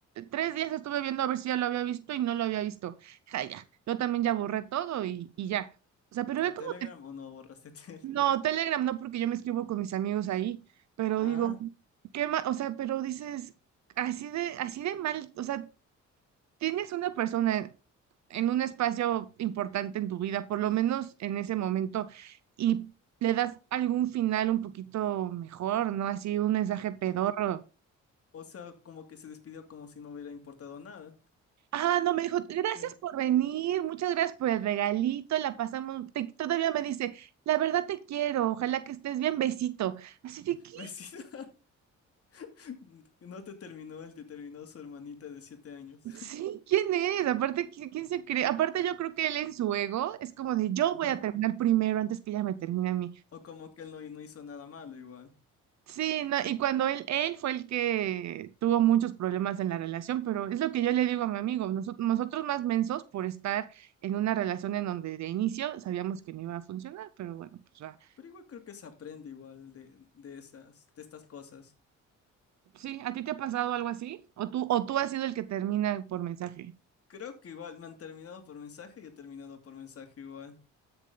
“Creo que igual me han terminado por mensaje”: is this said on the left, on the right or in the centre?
Left